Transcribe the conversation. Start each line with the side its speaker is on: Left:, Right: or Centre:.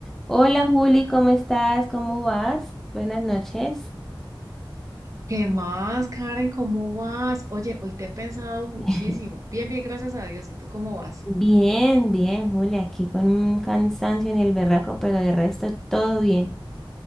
Centre: Hola Juli, ¿cómo estás? ¿Cómo vas? Buenas noches.
Right: ¿Qué más, Karen? ¿Cómo vas? Oye, hoy te he pensado muchísimo.
Centre: <laughs>
Right: Bien, bien, gracias a Dios. ¿Y tú cómo vas?
Centre: Bien, bien, Juli, aquí con un cansancio en el berraco, pero de resto todo bien.